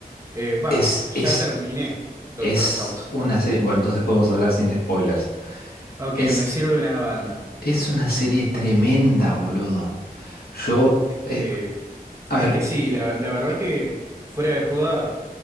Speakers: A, on the right; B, on the left.
A: Eh, va,
B: Es,
A: ya
B: es,
A: terminé Doctor
B: es
A: House.
B: una serie. Bueno, entonces podemos hablar sin spoilers.
A: Ok,
B: Es,
A: me sirve una banda.
B: es una serie tremenda, boludo. Yo,
A: Es que,
B: eh, a
A: es
B: ver,
A: que sí, la, la verdad que fuera de joda